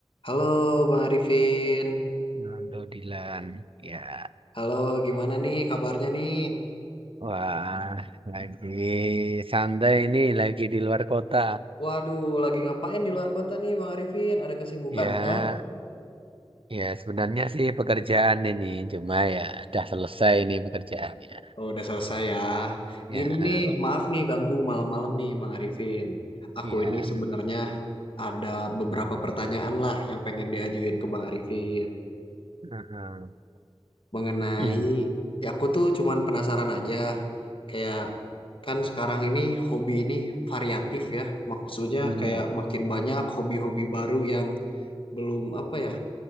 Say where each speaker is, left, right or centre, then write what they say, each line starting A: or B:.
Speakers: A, on the left (about 65°); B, on the right (about 65°).
A: Halo Bang Arifin.
B: Nando Dilan, ya.
A: Halo, gimana nih kabarnya nih?
B: Wah, lagi santai ini, lagi di luar kota.
A: Waduh, lagi ngapain di luar kota nih Bang Arifin? Ada kesibukan
B: Ya,
A: kah?
B: ya sebenarnya sih pekerjaan ini, cuma ya udah selesai ini pekerjaannya.
A: Oh, udah selesai ya.
B: Ya,
A: Gini
B: eh,
A: nih, maaf nih ganggu malam-malam nih Bang Arifin. Aku
B: ya.
A: ini sebenarnya ada beberapa pertanyaan lah yang pengen diajuin ke Bang Arifin.
B: eh, eh.
A: Mengenai,
B: Hmm,
A: ya aku tuh cuman penasaran aja. Kayak kan sekarang ini hobi ini variatif ya. Maksudnya
B: hmm,
A: kayak makin banyak hobi-hobi baru yang belum apa ya